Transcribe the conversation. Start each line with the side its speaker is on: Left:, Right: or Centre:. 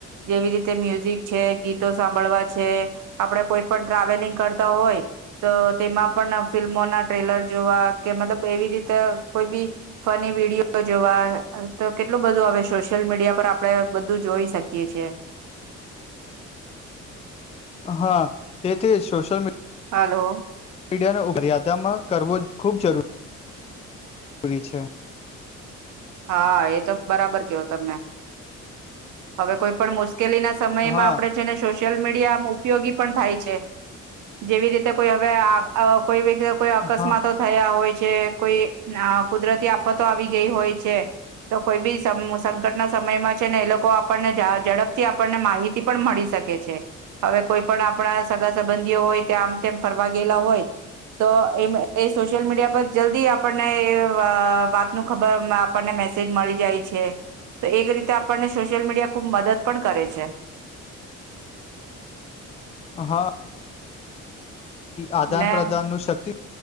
Right: જેવી રીતે મ્યુઝિક છે, ગીતો સાંભળવા છે, આપડે કોઈ પણ ટ્રાવેલિંગ કરતા હોય તો તેમાં પણ ફિલ્મો ના ટ્રેલર જોવા કે મતલબ એવી રીતે કોઈ બી ફની વિડીયો જોવા તો કેટલું બધું હવે સોશિયલ મીડિયા પર આપડે બધું જોઈ શકીએ છીએ.
Left: હા તે તે સોશિયલ મીડિયાનો
Right: હલો
Left: ઉપ મર્યાદામાં કરવો ખૂબ જરૂ જરૂરી છે.
Right: હા એ તો બરાબર કયો તમે હવે કોઈ પણ મુસ કેલી ના સમયમાં
Left: હા
Right: આપણે જેને સોસ સોશિયલ મીડિયા આમ ઉપયોગી પણ થાય છે. જેવી રીતે કોઈ હવે આ અ કોઈ વ્યક્ કોઈ અકસ્માતો
Left: હા
Right: થયા હોય છે. જે કોઈ કુદરતી આફતો આવી ગઈ હોય છે તો કોઈ બી સમ સંકટના સમયમાં છે ને એ લોકો આપણને જા ઝડપથી આપણને માહિતી પણ મળી શકે છે. હવે કોઈ પણ આપણા સગા સંબંધીઓ હોય તે આમ તેમ ફરવા ગેલા હોય તો એ એ સોશિયલ મીડિયા પર જલ્દી આપણને એ વા વાતનું ખબર આપણને મેસેજ મળી જાય છે. તો એક રીતે આપણને સોશિયલ મીડિયા ખૂબ મદદ પણ કરે છે.
Left: હા. આદાન
Right: ને
Left: પ્રદાન નું શક્તિ